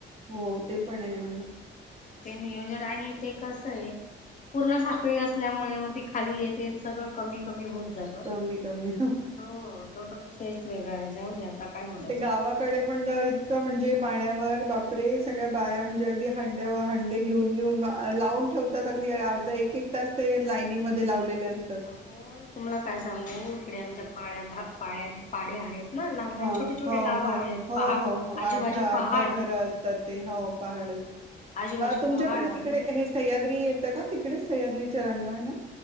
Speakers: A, on the right (about 30°); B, on the left (about 40°).
A: हो ते पण आहे म्हणा
B: ते नियोजन आणि ते कस आहे पूर्ण साखळी असल्यामुळे मग ती खाली येतेत सगळं कमी कमी होत जात.
A: कमी कमी
B: हो तो तर विषयच वेगळा आहे जाऊ द्या आता. काय बोलायचं
A: ते गावात
B: त्याच्यात.
A: पण इतकं म्हणजे पाण्यावर बापरे सगळ्या बाया म्हणजे अगदी हंड्यावरं घेऊन घेऊन लावून ठेवतात अगदी अर्धा एक एक तास ते लाईनमध्ये लावलेले असतात.
B: हो तुम्हाला काय सांगू इकडे आमच्या पाड्या पाड्या पाड्या आहेत. ना लहान लहान
A: हा
B: छोटे छोटे
A: हो
B: गाव
A: हो
B: आहेत
A: हो
B: पहा
A: हो हो
B: आजूबाजू
A: आठ दाहा
B: पहाड
A: आठ दाहा घर असतात ते हो पहाड
B: आजूबाजू
A: तुमच्याकडे
B: पहाड आणि
A: तिकडे
B: मग
A: हे सह्याद्री येतं का तिकडे सह्याद्रीचा रंग आहे ना